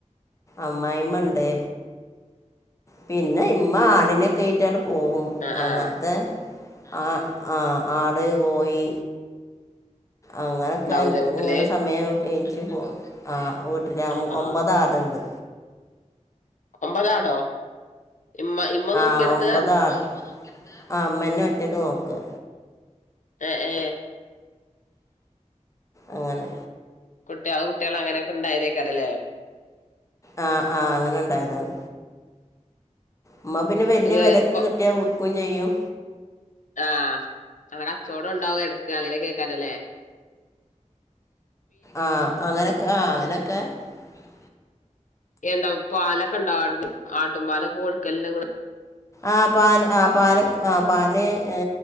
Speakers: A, on the left; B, on the left.
A: അമ്മായിമ്മണ്ട് പിന്നെ ഇമ്മ ആടിനെക്കെഴ്റ്റാണ്ട് പോവും
B: ആ
A: അങ്ങൻത്തെ
B: ആ ആ
A: ആ ആ ആട് കോയി അങ്ങനക്കെ
B: ഉണ്ടാവൂലേ വീട്ടില്
A: ഇങ്ങനെ സമയൊ എ ഇജ് പോ ആാ വീട്ടില്
B: ആ ആ
A: ഒമ്പത് ആട്ണ്ട്
B: ഒമ്പാതാടോ ഇമ്മ ഇമ്മ നോക്കിയട്ത്താ
A: ആ ഒമ്പത് ആട് ആ ഇമ്മന്നേ ഒറ്റക്ക് നോക്ക
B: എ ഏ
A: അങ്ങനെ
B: കുട്ടികള് കുട്ടികള് അങ്ങനെയൊക്കെ ഉണ്ടായതേക്കാരല്ലേ
A: അ ആ അങ്ങനെണ്ടായതാണ് ഇമ്മ പിന്നെ വല്ല്യ
B: ഏ,
A: വെലക്ക്
B: ഇപ്പൊ
A: കിട്ടിയ വി ക്കും ചെയ്യും
B: ആ നല്ല കച്ചോടം ഒണ്ടാവും എടക്ക് അങ്ങനെകേക്കാരല്ലേ
A: ആ അങ്ങനെക്കെ ആ അങ്ങനെക്കെ <unintelligible>
B: ന്താവു പാലൊക്കെ ണ്ടാവോ ആട് ആട്ടും പാലൊക്കെ കൊട്ക്കല്ല്ണ്ടാ ങ്ങ
A: ആാ പാല് ആ പാല് ആ പാല് യെ